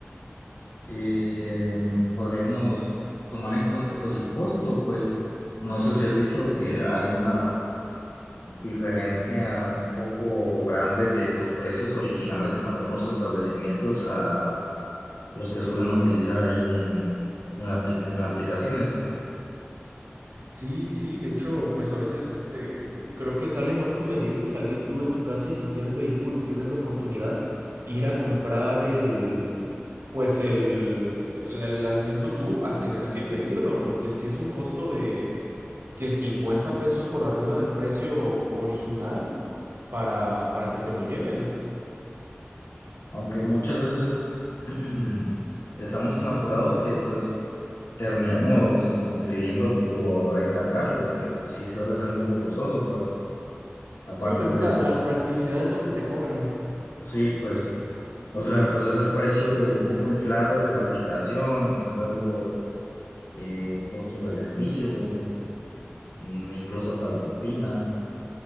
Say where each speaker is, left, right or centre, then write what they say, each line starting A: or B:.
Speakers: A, on the left (about 80°); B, on the right (about 75°).
A: eh, podríamos tomar en cuenta pues el costo, pues no sé si has visto que hay una diferencia un poco grande de los precios originales en algunos establecimientos a los que suelen utilizar ahí en, en la apli- en aplicaciones,
B: Sí, sí, sí, de hecho, pues a veces eh, creo que sale más conveniente salir tú de tu casa y si tienes vehículo y tienes la oportunidad, ir a comprar el, pues el, el, el alimento tú a tener que pedirlo, porque si es un costo de que 50 pesos por arriba del precio original para, para que te lo lleven.
A: aunque muchas veces <clears throat> estamos tan apurados que pues terminamos decidiendo por encargarlo, aunque pues sí suele ser un poco costoso, pues aparte
B: Sí, pues
A: pues
B: es la, la practicidad es lo que te cobran.
A: sí, pues o sea, pues es el precio un poco inflado de la aplicación, luego eh, el costo del envío mm, incluso hasta la propina.